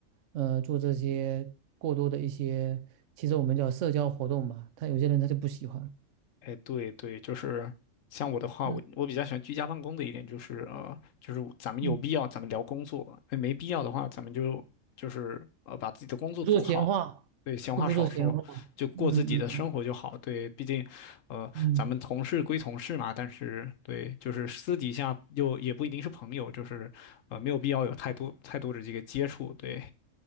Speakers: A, on the right; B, on the left.
A: 呃做这些过多的一些，其实我们叫社交活动吧，他有些人他就不喜欢，
B: 哎，对对，就是像我的话，
A: 嗯
B: 我我比较喜欢居家办公的一点就是呃，就是咱们有必要咱们聊工作，
A: 嗯，
B: 哎，没必要的话，咱们就就是呃把自己的工作做好，
A: 不说闲话，
B: 对，闲话少说，
A: 又不说闲话，
B: 就过自己的生活就好。
A: 嗯嗯嗯
B: 对，毕竟呃咱们同事归同事嘛，
A: 嗯。
B: 但是对，就是私底下又也不一定是朋友，就是呃没有必要有太多太多的这个接触。对，